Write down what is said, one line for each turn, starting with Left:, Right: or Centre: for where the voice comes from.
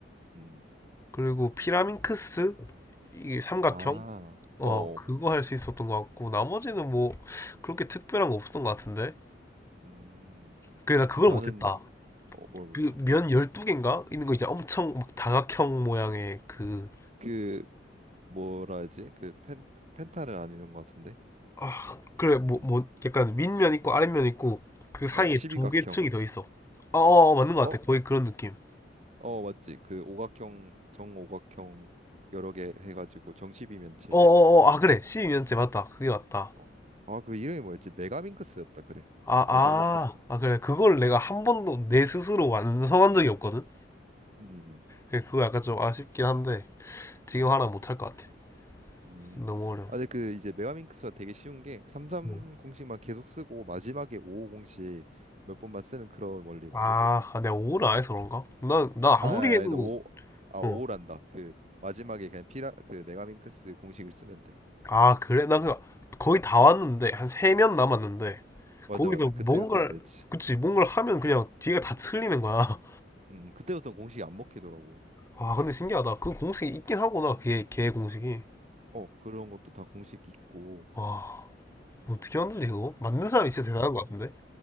Right: 음.
Left: 그리고 피라민크스 이게 삼각형
Right: 아.
Left: 어
Right: 어.
Left: 그거 할 수 있었던 것 같고 나머지는 뭐 그렇게 특별한 거 없었던 것 같은데
Right: 음.
Left: 그래 나 그걸
Right: 나는
Left: 못했다
Right: 어, 뭘 못해?
Left: 그 면 12개인가 있는 거 있잖아 엄청 막 다각형 모양의 그
Right: 그 뭐라 하지? 그 펜, 펜타는 아니는 것 같은데.
Left: 아, 그래, 뭐,
Right: 그,
Left: 뭐, 약간 윗면 있고 아랫면 있고 그 사이에
Right: 어, 12각형.
Left: 두 개 층이 더 있어. 어, 어, 어, 맞는 것
Right: 어?
Left: 같아. 거의 그런 느낌.
Right: 어, 맞지. 그 오각형, 정오각형 여러 개 해가지고 정십이면체
Left: 어, 어,
Right: 만든
Left: 어, 아, 그래.
Right: 거.
Left: 12년째 맞다. 그게 맞다.
Right: 어. 아, 그 이름이 뭐였지? 메가민크스였다. 그래.
Left: 아,
Right: 메가민크스.
Left: 아, 아, 그래. 그걸 내가 한 번도 내 스스로 완성한 적이 없거든?
Right: 음, 음,
Left: 그래, 그거 약간 좀 아쉽긴 한데 지금
Right: 음.
Left: 하나 못 할 것 같아.
Right: 음.
Left: 너무
Right: 음.
Left: 어려워.
Right: 아, 근데 그 이제 메가민크스가 되게 쉬운 게 33공식만
Left: 어.
Right: 계속 쓰고 마지막에 55공식 몇 번만 쓰는 그런 원리거든.
Left: 아, 아, 내가 오를 안 해서 그런가? 난, 난 아무리
Right: 아, 아,
Left: 해도,
Right: 아니다. 오, 아, 오란다.
Left: 어.
Right: 그 마지막에 그냥 피라 그 메가민크스 공식을 쓰면 돼.
Left: 아, 그래? 나 그, 거의 다 왔는데, 한 세면 남았는데,
Right: 어. 맞아,
Left: 거기서
Right: 맞아. 그때부터
Left: 뭔가를,
Right: 안 됐지.
Left: 그치, 뭔가를 하면 그냥 뒤가 다 틀리는 거야.
Right: 음, 음. 그때부터는 공식이 안 먹히더라고.
Left: <laughs> 와, 근데 신기하다. 그 공식이 있긴 하구나, 걔, 걔 공식이.
Right: 어, 그런 것도 다 공식 있고.
Left: 와, 어떻게
Right: 어,
Left: 만드지, 그거? 만든 사람이 진짜 대단한 것 같은데?